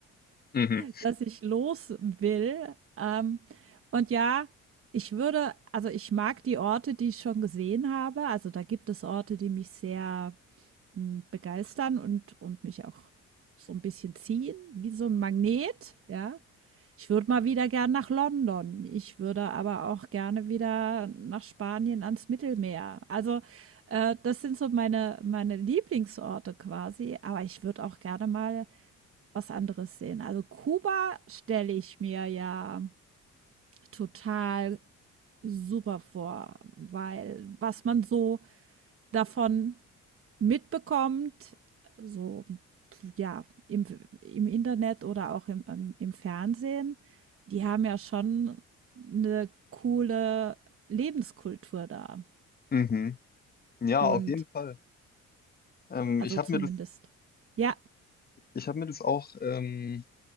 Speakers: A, on the left (about 30°); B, on the right (about 45°).
A: Mhm.
B: dass ich los will. Ähm, und ja, ich würde, also ich mag die Orte, die ich schon gesehen habe. Also da gibt es Orte, die mich sehr Hm, begeistern und und mich auch so ein bisschen ziehen, wie so ein Magnet, ja. Ich würde mal wieder gern nach London. Ich würde aber auch gerne wieder nach Spanien ans Mittelmeer. Also, äh, das sind so meine meine Lieblingsorte quasi, aber ich würde auch gerne mal was anderes sehen. Also, Kuba stelle ich mir ja total super vor, weil was man so davon mitbekommt, so ja, im, im Internet oder auch im, ähm, im Fernsehen, die haben ja schon eine coole Lebenskultur da.
A: Mhm. Ja,
B: Und
A: auf jeden Fall. Ähm,
B: also
A: ich habe
B: zumindest,
A: mir das
B: ja,
A: Ich habe mir das auch ähm,